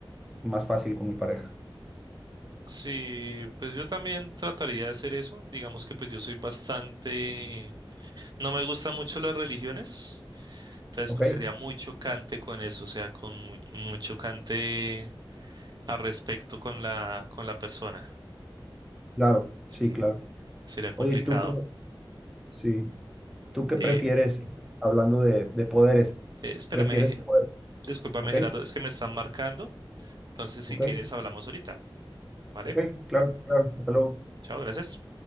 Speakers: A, in the centre; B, on the right.
A: más fácil con mi pareja.
B: Sí, pues yo también trataría de hacer eso. Digamos que pues yo soy bastante, no me gustan mucho las religiones, entonces
A: ¿Ok?
B: pues sería muy chocante con eso, o sea, con muy, muy chocante. al respecto con la, con la persona.
A: Claro,
B: Sí,
A: sí, claro.
B: sería complicado.
A: Oye, ¿tú qué, sí, tú qué prefieres,
B: Eh,
A: hablando de, de poderes?
B: eh, espérame,
A: ¿Prefieres poder?
B: discúlpame,
A: Ok,
B: Gerardo, es que me están marcando. Entonces, si
A: ok,
B: quieres, hablamos ahorita, ¿vale?
A: ok, claro, claro, hasta luego.
B: Chao, gracias.